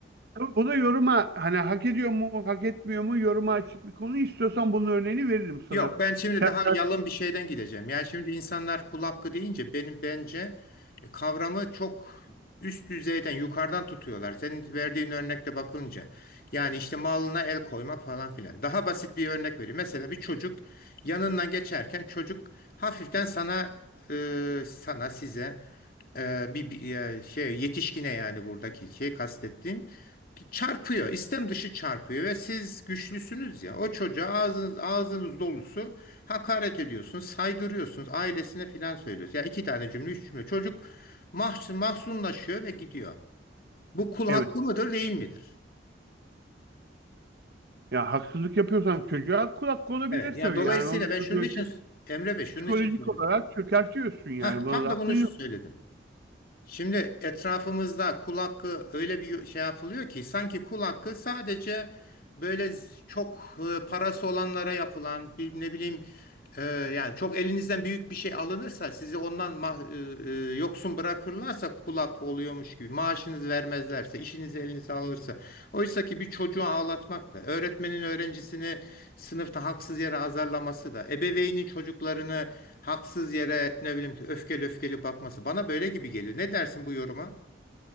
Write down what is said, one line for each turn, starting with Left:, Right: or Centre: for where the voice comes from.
Right: Tabii bu da yoruma hani hak ediyor mu, hak etmiyor mu yoruma açık bir konu. İstiyorsan bunun örneğini veririm sana.
Left: Yok ben şimdi
Right: Kendi
Left: daha yalın bir şeyden gideceğim. Yani şimdi insanlar kul hakkı deyince benim bence e, kavramı çok üst düzeyden yukarıdan tutuyorlar. Senin verdiğin örnekte bakınca. Yani işte malına el koymak falan filan. Daha basit bir örnek vereyim. Mesela bir çocuk yanından geçerken çocuk hafiften sana e, sana size e, bir, bir- e, şey yetişkine yani buradaki şey kastettiğim çarpıyor. İstem dışı çarpıyor ve siz güçlüsünüz ya. O çocuğa ağzınız, ağzınız dolusu hakaret ediyorsunuz, saydırıyorsunuz, ailesine filan söylüyorsunuz. Ya iki tane cümle, üç cümle. Çocuk mahzun, mahzunlaşıyor ve gidiyor. Bu kul
Right: evet.
Left: hakkı mıdır, değil midir?
Right: Ya haksızlık yapıyorsan çocuğa kulak hakkı olabilir
Left: Evet. Yani
Right: tabii.
Left: dolayısıyla
Right: Yani orada
Left: ben
Right: çocuğu
Left: şunun için Emre Bey şunun
Right: psikolojik
Left: için söyledim.
Right: olarak çökertiyorsun yani.
Left: Heh,
Right: Buna
Left: tam
Right: da
Left: da
Right: hakkın
Left: bunu
Right: yok.
Left: söyledim. Şimdi etrafımızda kul hakkı öyle bir şey yapılıyor ki sanki kul hakkı sadece böyle z- çok e, parası olanlara yapılan bir ne bileyim ee, yani çok elinizden büyük bir şey alınırsa sizi ondan mah, e, e, yoksun bırakırlarsa kulak oluyormuş gibi maaşınız vermezlerse işiniz elinizden alınırsa oysa ki bir çocuğu ağlatmak da öğretmenin öğrencisini sınıfta haksız yere azarlaması da ebeveynin çocuklarını haksız yere ne bileyim ki öfkeli öfkeli bakması bana böyle gibi geliyor. Ne dersin bu yoruma?